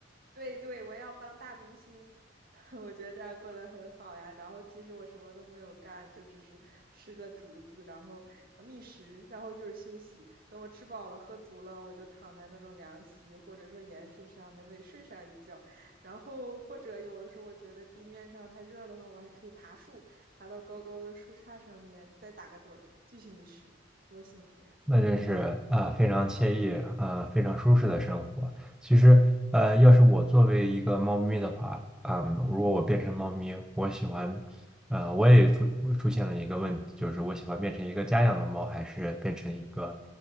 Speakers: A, on the right; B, in the centre.
A: 对对，我要当大明星，<laughs> 我觉得这样过得很好呀。然后其实我什么都没有干，就只是吃了竹子，然后呃觅食，然后就是休息。等我吃饱了、喝足了，我就躺在那种凉席或者说岩石上，美美睡上一觉。然后或者有的时候我觉得地面上太热的话，我还可以爬树，爬到高高的树杈上面，再打个盹儿，继续觅食，多幸福呀！
B: 那真是啊，呃非常惬意啊，呃非常舒适的生活。其实，呃，要是我作为一个猫咪的话，嗯，如果我变成猫咪，我喜欢，呃，我也出我出现了一个问题，就是我喜欢变成一个家养的猫，还是变成一个，